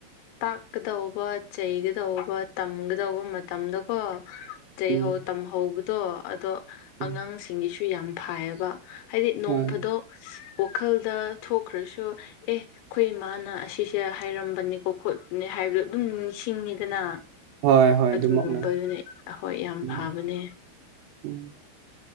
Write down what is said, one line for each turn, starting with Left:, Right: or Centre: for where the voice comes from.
Left: ꯇꯥꯛꯀꯗꯧꯕ ꯆꯩꯒꯗꯧꯕ ꯇꯝꯒꯗꯧꯕ ꯃꯇꯝꯗꯀꯣ ꯆꯩꯍꯧ
Right: ꯎꯝ
Left: ꯇꯝꯍꯧꯕꯗꯣ ꯑꯗꯣ
Right: ꯎꯝ
Left: ꯑꯉꯥꯡꯁꯤꯡꯒꯤꯁꯨ ꯌꯥꯝ ꯐꯥꯏꯌꯦꯕ ꯍꯥꯏꯗꯤ ꯅꯣꯡ
Right: ꯍꯣꯏ
Left: ꯐꯥꯗꯣꯛ ꯋꯥꯈꯜꯗ ꯊꯣꯛꯈ꯭ꯔꯁꯨ ꯑꯦ ꯑꯩꯈꯣꯏ ꯏꯃꯥꯅ ꯑꯁꯤꯁꯦ ꯍꯥꯏꯔꯝꯕꯅꯤꯀꯣ ꯈꯣꯠꯄꯅꯤ ꯍꯥꯏꯕꯗꯣ ꯑꯗꯨꯝ ꯅꯤꯡꯁꯤꯡꯉꯤꯗꯅ꯫
Right: ꯍꯣꯏ ꯍꯣꯏ ꯑꯗꯨꯃꯛꯅꯦ
Left: ꯑꯗꯨꯒꯨꯝꯕꯗꯨꯅ ꯑꯩꯈꯣꯏ ꯌꯥꯝ
Right: ꯎꯝ
Left: ꯐꯕꯅꯦ꯫
Right: ꯎꯝ